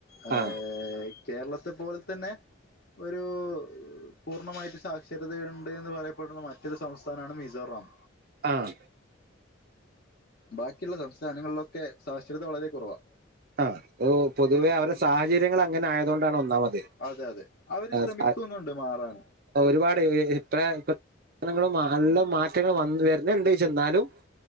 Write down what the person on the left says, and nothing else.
ഏ
കേരളത്തെ പോലെ തന്നെ ഒരു പൂർണമായിട്ട് സാക്ഷരതയുണ്ട് എന്ന് പറയപ്പെടുന്ന മറ്റൊരു സംസ്ഥാനമാണ് മിസോറാം
ബാക്കിയുള്ള സംസ്ഥാനങ്ങളിലൊക്കെ സാക്ഷരത വളരെ കുറവാ
പ്രത്
അതെ അതെ അവര്
ശ്രമിക്കുന്നുണ്ട്
മാറാൻ